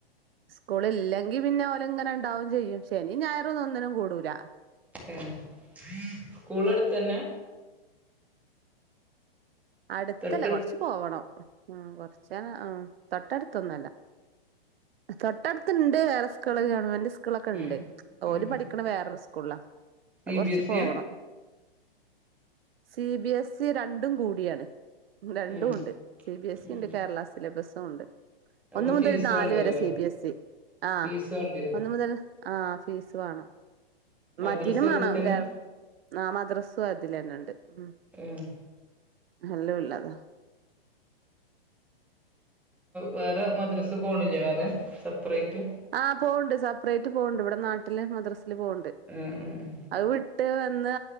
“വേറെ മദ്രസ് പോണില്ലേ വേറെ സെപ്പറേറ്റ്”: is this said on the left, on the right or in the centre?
Centre